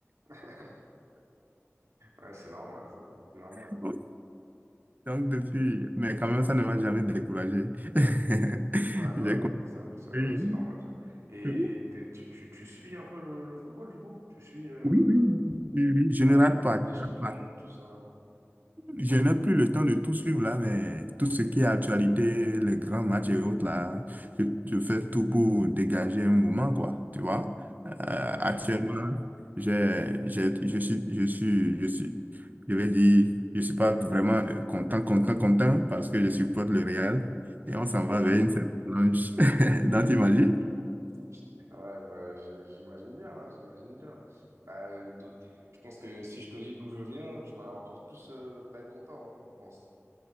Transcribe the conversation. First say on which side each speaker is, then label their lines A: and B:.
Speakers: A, on the right; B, on the right.
A: <laughs> Ouais, c'est normal, ça. C'est Normal.
B: <laughs> Donc depuis, mais quand même, ça ne m'a jamais découragé. <laughs>
A: Ouais, bah
B: J'ai
A: oui,
B: compris.
A: c'est un- c'est-
B: Oui,
A: bah oui, c'est normal, ça. Et
B: oui,
A: t'es- tu, tu, tu suis un peu le, le football, du coup? Tu suis euh,
B: oui, oui, oui, je
A: la,
B: ne
A: la
B: rate pas.
A: Ligue
B: Je
A: des Champions,
B: ne rate pas.
A: tout ça?
B: Je n'ai plus le temps de tout suivre là, mais tout ce qui est actualité, les grands matchs et autres là, je, je fais tout pour dégager un moment, quoi, tu vois. Euh,
A: Ouais.
B: actuellement, j'ai, j'ai- je suis, je suis, je suis, je vais dire, je suis pas vraiment euh, content, content, content parce que je supporte le Real et on s'en
A: Mhm.
B: va vers une saison blanche. <laughs> Donc, t'imagines?
A: <laughs> Ouais, bah, je- j'imagine bien, hein, j'imagine bien. Bah, euh, de- je pense que si je te dis d'où je viens, tu vas encore plus euh, pas être content, hein, je pense.